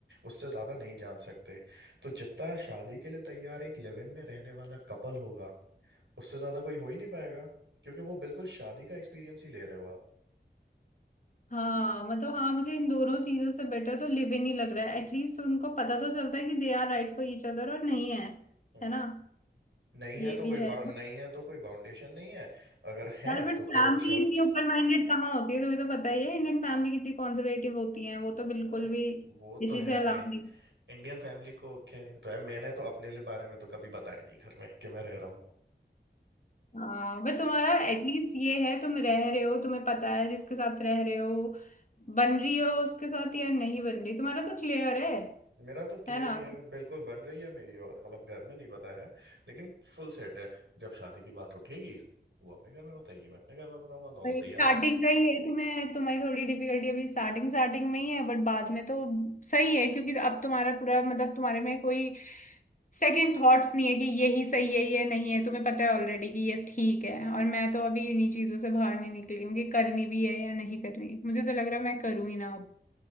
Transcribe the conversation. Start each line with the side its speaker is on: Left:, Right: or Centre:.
Right: उससे ज्यादा नहीं जान सकते तो जितना शादी के लिए तैयार एक लिव इन में रहने वाला कपल होगा उससे ज्यादा कोई हो ही नहीं पाएगा क्योंकि वो बिल्कुल शादी का एक्सपीरियंस ही ले रहे हो आप
Left: हाँ मतलब हाँ मुझे इन दोनों चीजों से बेटर तो लिव इन ही लग रहा है एटलीस्ट उनको पता तो चलता है कि they are right for each other और नहीं है
Right: हम्म
Left: है ना
Right: नहीं
Left: ये
Right: है तो
Left: भी
Right: कोई
Left: है
Right: बाउ- नहीं है तो कोई बाउंडेशन नहीं है अगर है
Left: यार बट
Right: तो
Left: फैमिली
Right: करो शादी,
Left: इतनी ओपन माइंडेड कहाँ होती है तुम्हें तो पता ही है इंडियन फैमिली कितनी कॉन्जर्वेटिव होती है वो तो बिल्कुल
Right: अ,
Left: भी
Right: वो तो
Left: ये चीजें
Right: है
Left: अलाउ
Right: मेन
Left: नहीं
Right: इंडियन फैमिली को खैर ये तो है मैंने तो अपने लिए बारे में तो कभी बताया नहीं घर में कि मैं रह रहा हूँ
Left: हाँ बट तुम्हारा एटलीस्ट ये है तुम रह रहे हो तुम्हें पता है जिसके साथ रह रहे हो बन रही हो उसके साथ या नहीं बन रही तुम्हारा तो क्लियर है
Right: मेरा तो क्लियर
Left: है ना
Right: ही है बिल्कुल बन रही है मेरी और मतलब घर में नहीं पता है लेकिन फुल सेट है जब शादी की बात उठेगी वो अपने घर में बताएगी मैं अपने घर में बताऊंगा दोनों
Left: स्टार्टिंग
Right: तैयार हैं
Left: का ही है तुम्हें तुम्हारी थोड़ी डिफिकल्टी अभी स्टार्टिंग स्टार्टिंग में ही है बट बाद में तो सही है क्योंकि अब तुम्हारा पूरा मतलब तुम्हारे में कोई सेकंड थॉट्स नहीं है कि ये ही सही है ये नहीं है तुम्हें पता है ऑलरेडी कि ये ठीक है और मैं तो अभी इन्हीं चीजों से बाहर नहीं निकली हूँ कि करनी भी है या नहीं करनी मुझे तो लग रहा है मैं करूँ ही ना